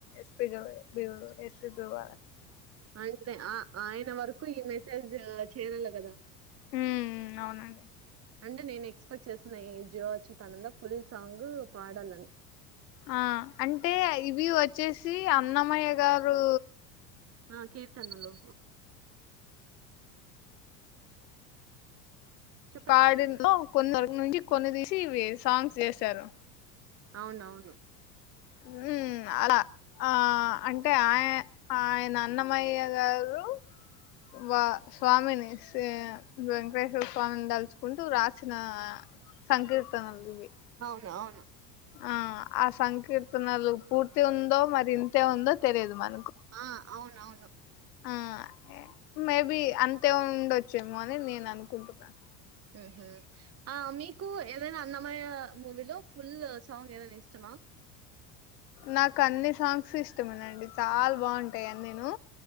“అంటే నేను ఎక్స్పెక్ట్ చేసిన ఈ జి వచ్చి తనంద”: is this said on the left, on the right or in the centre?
Right